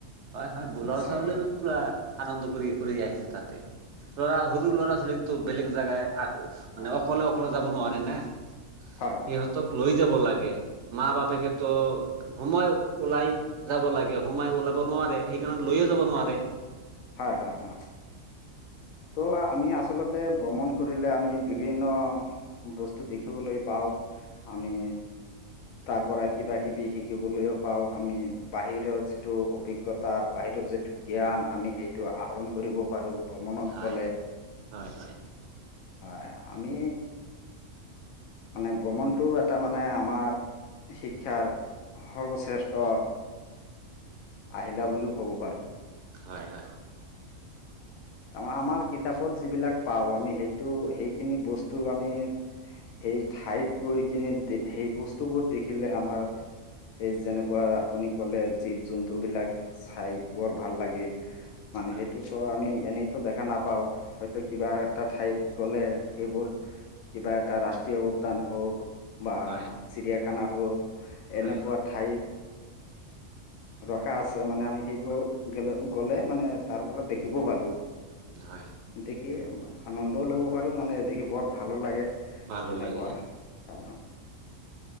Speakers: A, on the right; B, on the left.
A: হয় হয়, বোলৰ
B: চাগে
A: ওচৰলে পুৰা
B: হয়।
A: আনন্দ কৰি কৰি আহিছে তাতে, ধৰা সৰু ল'ৰা ছোৱালীকতো বেলেগ জেগাই মানে
B: হয়
A: অকলে অকলে যাব নোৱাৰে নে, সিহঁতক
B: হয়
A: লৈ যাব লাগে। মা বাপেকেতো সোমাই ওলাই যাব লাগে, সোমাই ওলাব নোৱাৰে সেই লৈয়ে যাব
B: হয়
A: নোৱাৰে।
B: হয় হয় হয় ত' আমি আচলতে ভ্ৰমণ কৰিলে আমি বিভিন্ন বস্তু দেখিবলৈ পাও, আমি তাৰ পৰা কিবা কিবি শিকিবলৈও পাও, আমি বাহিৰৰ যিটো অভিজ্ঞতা বাহিৰৰ যিটো যিটো জ্ঞান আমি সেইটো আহৰণ কৰিব পাৰো। ভ্ৰমনত
A: হয়,
B: গ'লে,
A: হয়, হয়,
B: হয়, আমি মানে ভ্ৰমণটো এটা মানে আমাৰ শিক্ষাৰ সৰ্বশ্ৰেষ্ঠ আহিলা বুলিও ক'ব পাৰো।
A: হয়, হয়।
B: আমা আমাৰ কিতাপত যিবিলাক পাওঁ, আমি সেইটো সেইখিনি বস্তু আমি সেই ঠাইত গৈ কিনে সেই বস্তুবোৰ দেখিলে আমাৰ সেই যেনেকুৱা আপুনি কলে জীৱ জন্তু বিলাক চাই বৰ ভাল লাগে। মানে
A: হয়,
B: সেইটোতো আমি এনেইতো দেখা নাপাও, হয়তো কিবা এটা ঠাইত গলে, সেইবোৰ কিবা এটা ৰাষ্ট্ৰীয় উদ্যান হওক বা
A: হয়,
B: চিৰিয়াখানা হওক এনেকুৱা
A: হয়,
B: ঠাইত ৰখা আছে মানে, আমি সেইবোৰ গলে, গ'লে মানে তাৰ পৰা দেখিব পাৰো।
A: হয়।
B: দেখিয়ে আনন্দও ল'ব পাৰো, মানে দেখি বৰ ভালো লাগে। এনেকুৱা
A: ভালো লাগে
B: হয়।